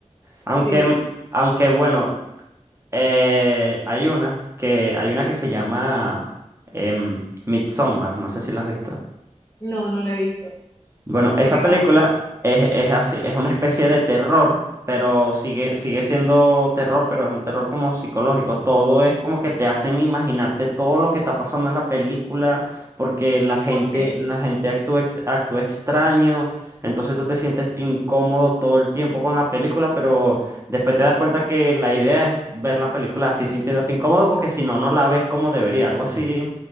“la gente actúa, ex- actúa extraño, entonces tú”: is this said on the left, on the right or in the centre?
Right